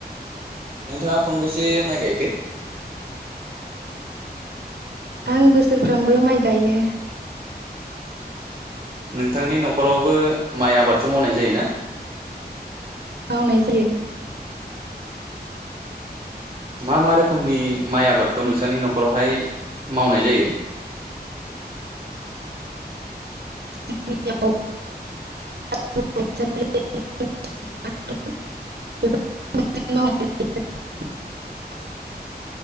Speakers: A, on the right; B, on the right.
A: नोंथाङा खनबेसे माइ गायखो?
B: आं बोसोरफ्रामबो माइ गायो।
A: नोंथांनि न'खरावबो माइ आबादखौ मावनाय जायोना।
B: मावनाय जायो।
A: मा मा रोखोमनि माइ आबादखौ नोंसोरनि न'खरावहाय मावनाय जायो।
B: जोंनिआव <unintelligible>